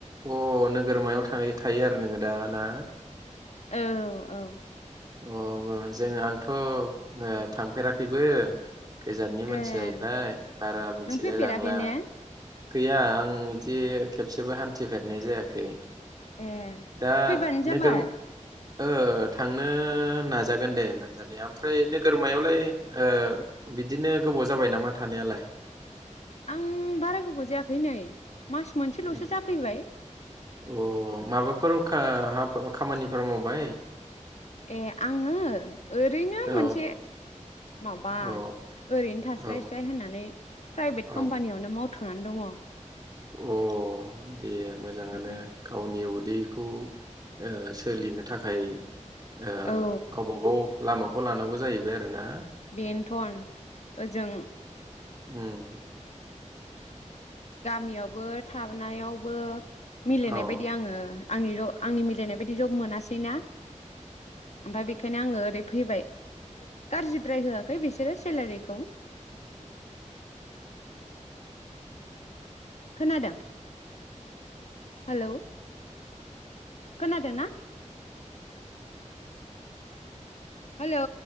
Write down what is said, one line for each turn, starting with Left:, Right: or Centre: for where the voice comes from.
Right: अ नोगोरमायाव थाय थायो आरो नोङो दा ना
Left: औ औ।
Right: अ जों आंथ' ओ थांफेराखैबो। गोजाननि
Left: ए
Right: मानसि जाहैबाय बारा मिथिलाय
Left: नों फैफेराखै
Right: लांला।
Left: ने
Right: गैया आं बिदि खेबसेबो हान थिफेरनाय जायाखै।
Left: ए
Right: दा
Left: फैबानो जाबाय।
Right: नोगोर ओ थांनो नाजागोन दे नाजानाया ओमफ्राय नोगोरमायावलाय ओ बिदिनो गोबाव जाबाय नामा थानायालाय?
Left: आं बारा गोबाव जायाखै नै मास मोनसेल'सो
Right: उम।
Left: जाफैबाय।
Right: अ माबाफोर खा हाब अ खामानिफोर मावबाय?
Left: ए आङो ओरैनो
Right: औ
Left: मोनसे माबा
Right: औ
Left: ओरैनो थास्लायस्लाय
Right: औ
Left: होननानै प्राइभेट
Right: औ
Left: कम्पानियावनो मावथ'नानै दङ।
Right: अ। दे मोजाङानो
Left: उम
Right: गावनि उदै खौ ओ सोलिनो थाखाय ओ
Left: औ
Right: गावबा गाव लामाखौ लानांगौ जाहैबाय आरो ना?
Left: बेन्थन ओजों
Right: उम्म।
Left: गामियावबो थानायावबो मिलायनाय
Right: औ
Left: बायदि आंङो आंनि आंनि मिलायनाय बायदि जब मोनासैना ओमफ्राय बेखायनो आंङो ओरै फैबाय गाज्रिद्राय होआखै बिसोरो सेलारिखौ। खोनादों हेलौ खोनादोंना? हेलौ।